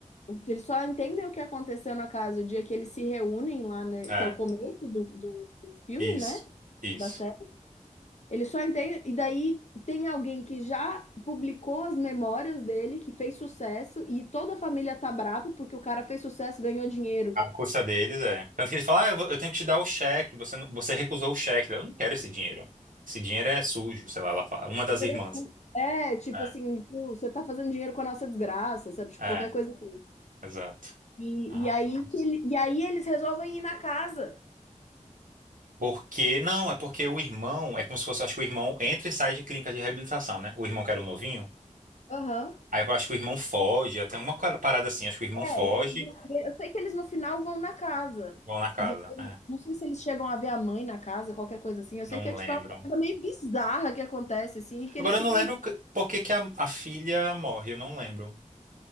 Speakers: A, on the left (about 60°); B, on the right (about 90°).
A: eles só entendem o que aconteceu na casa o dia que eles se reúnem lá, né,
B: É,
A: que é o começo do, do, do filme,
B: isso,
A: né?
B: isso.
A: Da série. Eles só entendem, e daí tem alguém que já publicou as memórias dele, que fez sucesso, e toda a família tá brava porque o cara fez sucesso, ganhou dinheiro.
B: A custa deles é. Tanto que ele fala, ah, eu, vou- eu tenho que te dar o cheque, você, não- você recusou o cheque. Eu não quero esse dinheiro. Esse dinheiro é sujo, sei lá, ela fala. Uma das
A: Interessante.
B: irmãs.
A: É, tipo
B: É,
A: assim, pô, você tá fazendo dinheiro com a nossa desgraça, sabe? Tipo,
B: é,
A: qualquer coisa assim.
B: exato.
A: E,
B: Nossa.
A: e aí que ele, e aí eles resolvem ir na casa.
B: Porque, não, é porque o irmão, é como se fosse, eu acho que o irmão entra e sai de clínica de reabilitação, né? O irmão que era o novinho.
A: Aham.
B: Aí eu acho que o irmão foge, até uma parada assim, acho que o irmão
A: É,
B: foge,
A: e eles, eu sei que eles no final vão na casa.
B: vão na casa.
A: E aí,
B: É,
A: não sei se eles chegam a ver a mãe na casa, qualquer coisa assim. Eu
B: não
A: sei que é tipo
B: lembro.
A: é uma coisa meio bizarra que acontece, assim, e que
B: Agora
A: eles se
B: eu não
A: conversam.
B: lembro que- por que que a, a filha morre, eu não lembro.